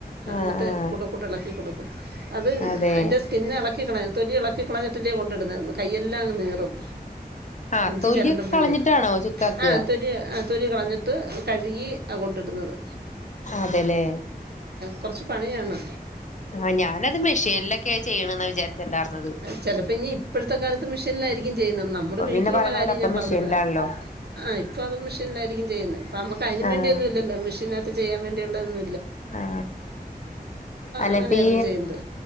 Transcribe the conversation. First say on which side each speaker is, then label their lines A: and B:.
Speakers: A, on the left; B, on the right.
A: ആഹ്
B: എന്നിട്ട്
A: ആഹ്
B: കൂടെ കൂടെ ഇളക്കി കൊടുക്കും അത്
A: അതെ
B: അതിൻ്റെ സ്കിന്ന ഇളക്കിക്കണ തോലി ഇളക്കി കളഞ്ഞിട്ടു അല്ലിയോ കൊണ്ടിടുന്നത് കൈ എല്ലാം അങ്ങ് നീറും
A: ആഹ്
B: ഇഞ്ചി
A: തൊലിയൊക്കെ
B: ചരണ്ടപ്പോഴേ
A: കളഞ്ഞിട്ടാണോ ചുക്കാക്കുക
B: ആ കളഞ്ഞിട്ട് കഴുകി കൊണ്ടിടുന്നത്
A: അതെ അല്ലെ
B: കൊറച്ച് പണിയാണ്
A: ആഹ ഞാനത് മെഷീനിലൊക്കെയ ചെയ്യണ എന്നാ വിചാരിച്ചണ്ടായിർന്നത്
B: അത് ചിലപ്പോൾ ഇനി ഇപ്പോഴത്തെ കാലത്ത് മെഷീനിലായിരിക്കും ചെയ്യുന്നത് നമ്മുടെ വീട്ടിലുള്ള
A: പിന്നെ പറയണ
B: കാര്യം
A: പോലെ ഒക്കെ
B: ഞാൻ
A: മെഷീനിലാണല്ലോ
B: പറഞ്ഞതാണ് ആ ഇപ്പൾ അത് മെഷീനിലായിരിക്കും ചെയ്യുന്നത് ഇപ്പോം നമുക്ക് അതിനന്
A: ആഹ്
B: വേണ്ടിയൊന്നും ഇല്ലല്ലോ മെഷീനകത്ത് ചെയ്യാൻ വേണ്ടിയുള്ളതന്ന
A: ആ അല്ലങ്കിൽ
B: അങ്ങനെയായിരുന്നു ചെയ്യുന്നത്